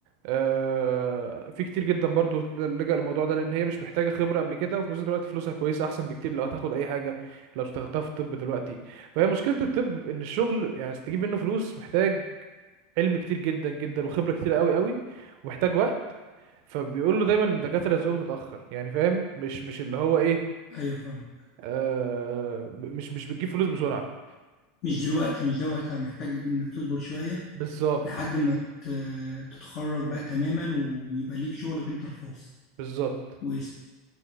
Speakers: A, on the right (about 60°); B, on the left (about 45°).
A: آه، في كتير جدا برضو لجأ للموضوع ده لان هي مش محتاجه خبره قبل كده وفي نفس الوقت فلوسها كويسه احسن بكتير لو هتاخد اي حاجه لو اشتغلتها في الطب دلوقتي فهي مشكله الطب ان الشغل يعني عشان تجيب منه فلوس محتاج علم كتير جدا جدا وخبره كتير قوي قوي ومحتاج وقت فبيقول له دايما الدكاتره رزقهم متاخر يعني فاهم مش مش اللي هو ايه
B: ايوه فاهم
A: آه مش مش بتجيب فلوس بسرعه
B: مش دلوقتي مش ده وقتها محتاج انك تصبر شويه
A: بالظبط
B: لحد ما ت- تتخرج بقى تماما ويبقى ليك شغلك انت الخاص
A: بالظبط
B: واسم